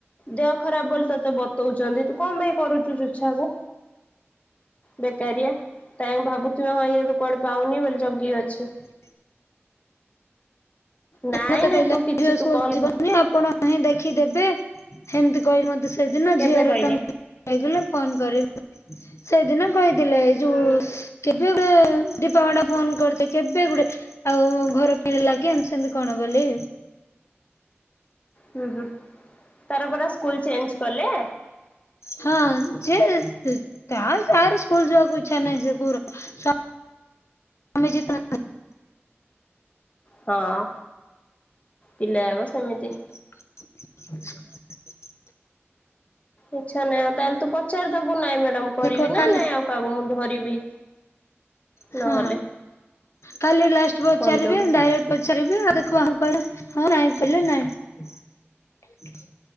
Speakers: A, on the left (about 30°); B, on the left (about 75°).
A: ଦେହ ଖରାପ ବୋଲି ତତେ ବତଉଛନ୍ତି ତୁ କଣ ପାଇଁ କରୁଛୁ ଚୁଛା କୁ? ବେକାରିଆ ତା ଭାବୁଥିବେ ହଁ ଇଏ କୁଆଡେ ପାଉନି ବୋଲି ଜଗି ଅଛି।
B: ନ
A: ନାଇଁ
B: ମତେ
A: ନାଇଁ
B: ଦେଲା
A: ତୁ କିଛି ତୁ
B: ସ୍କୁଲ
A: କଲ୍
B: ଯିବନି
A: କ
B: ଆପଣ ନାହିଁ ଦେଖି ଦେବେ ସେମିତି କହି ମତେ ସେଦିନ
A: କେବେ
B: ଝିଅର
A: କହିଲେ
B: ଟ ହେଇଗଲେ ଫୋନ କରିବି ସେଦିନ କହିଥିଲେ ଏଇ
A: ହୁଁ
B: ଯୁ କେବେ ଗୁଡେ ଦୀପା ମାଡାମ ଫୋନ କରିଥୀଲେ କେବେ ଗୁଡେ ଆଉ ଘର ଫିରିଲା କି ଏମିତି ସେମିତି କଣ ବୋଲି
A: ହୁଁ ହୁଁ ତାର ପରା ସ୍କୁଲ ଚେଞ୍ଜ କଲେ?
B: ହଁ ସେ ତା ତାର ସ୍କୁଲ ଯିବାକୁ ଇଚ୍ଛା ନାହିଁ ସେ ପୁଅର ସ ଆମେ ଜିତ
A: ହଁ ପିଲା ଆଗ ସେମିତି।
B: ଆଚ
A: ଇଛା ନାଇଁ ଆଉ ତାହେଲେ ତୁ ପଚାରି ଦବୁ ନାଇଁ ମ୍ୟାଡ଼ାମ ମୁଁ କରିବି
B: ଦେଖିବ
A: ନା
B: କାଲି
A: ନାଇଁ ଆଉ କାହାକୁ ମୁଁ ଧରିବି
B: ହଁ
A: ନହେଲେ
B: କାଲି ଲାଷ୍ଟ ପଚାରିବେ
A: କହିଦବୁ।
B: ଡାଇରେ ପଚାରିବେ ଆଉ ଦେଖ କୁହ ହଁ ନାଇଁ ପିଲେ ନାଇଁ